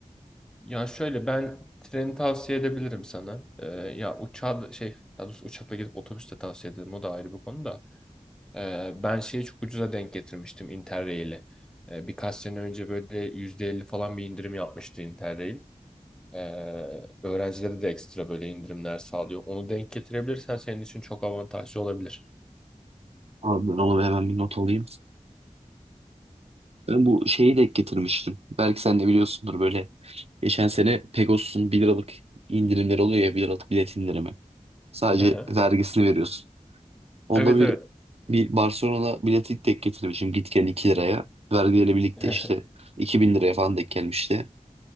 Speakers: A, in the centre; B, on the right (about 50°).
A: Ya şöyle ben treni tavsiye edebilirim sana. Ee, ya uçağı da- şey daha doğrusu uçakla gidip otobüste tavsiye ederim. O da ayrı bir konu da. Ee, ben şeyi çok ucuza denk getirmiştim Interrail'i. Ee, birkaç sene önce böyle %50 falan bir indirim yapmıştı Interrail. Ee, öğrencilere de ekstra böyle indirimler sağlıyor. Onu denk getirebilirsen senin için çok avantajlı olabilir.
B: Abi ben onu hemen bir not alayım. Ben bu şeyi de getirmiştim. Belki sen de biliyorsundur böyle. Geçen sene Pegasus'un bir liralık indirimleri oluyor ya 1 liralık bilet indirimi. Sadece
A: Hı hı.
B: vergisini veriyorsun. Onda
A: Evet
B: bir
A: evet.
B: bir Barcelona bileti denk getirmişim git gel 2 liraya. Vergiyle birlikte
A: <laughs>
B: işte 2000 liraya falan denk gelmişti.